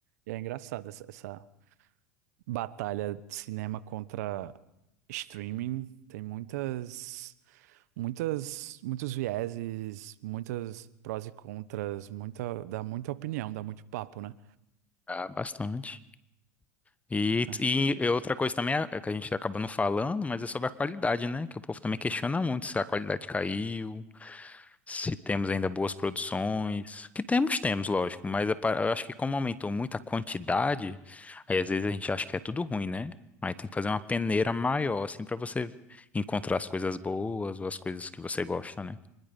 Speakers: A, on the right; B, on the left.
A: E é engraçado essa, essa batalha de cinema contra Streaming tem muitas, muitas, muitos vieses, muitas prós e contras, muita, dá muita opinião, dá muito papo, né?
B: Ah, bastante. E,
A: É,
B: e e outra coisa também é é que a gente acaba não falando, mas é sobre a qualidade, né? Que o povo também questiona muito se a qualidade caiu. se temos ainda boas produções. Que temos, temos, lógico, mas é pa- eu acho que como aumentou muito a quantidade, aí às vezes a gente acha que é tudo ruim, né? Aí tem que fazer uma peneira maior, assim, pra você encontrar as coisas boas ou as coisas que você gosta, né?